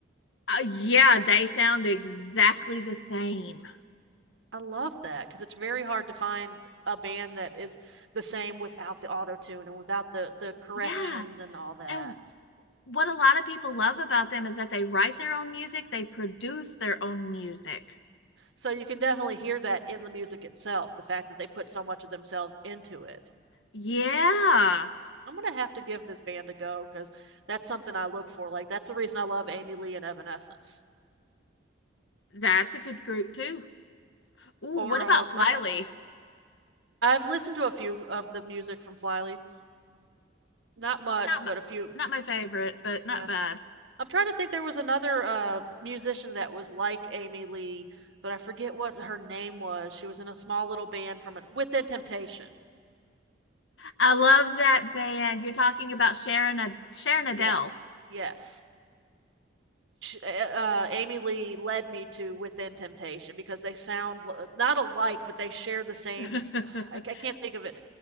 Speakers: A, on the left (about 75°); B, on the right (about 70°).
A: uh, yeah, they sound exactly the same.
B: I love that because it's very hard to find a band that is the same without the auto tune and without the the corrections
A: Yeah.
B: and all that.
A: And what a lot of people love about them is that they write their own music, they produce their own music.
B: So you can definitely hear that in the music itself, the fact that they put so much of themselves into it.
A: Yeah.
B: I'm going to have to give this band a go because that's something I look for. Like, that's the reason I love Amy Lee and Evanescence.
A: That's a good group too. Ooh,
B: Or
A: what about
B: uh,
A: Flyleaf?
B: I've, listened to a few of the music from Flyleaf. Not much,
A: Not my,
B: but a few.
A: not my favorite, but not
B: Yeah.
A: bad.
B: I'm trying to think there was another uh, musician that was like Amy Lee, but I forget what her name was. She was in a small little band from a, Within Temptation.
A: I love that band. You're talking about Sharon Ad- Sharon Adele.
B: Yes. Yes. uh, Amy Lee led me to Within Temptation because they sound not alike, but they share the same.
A: <laughs>
B: I, I can't think of it.